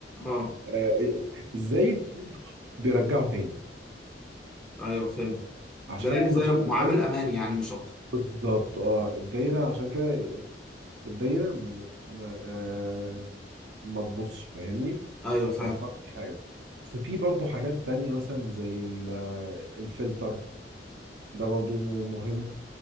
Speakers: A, in the centre; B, on the right.
A: اه
B: آه، ازاي بيرجعوا تاني
A: ايوه فهمتك
B: عشان
A: ده يعني زي
B: عشان
A: معامل
B: الدايره
A: امان يعني مش اكتر
B: بالظبط اه الدايره عشان كده الدايره ما ما, آه ما تبصش فاهمني
A: ايوه فاهم
B: ما يحصلش حاجه ففي برضو حاجات تانية مثلا زي ال- آه، الفلتر ده برضو مهم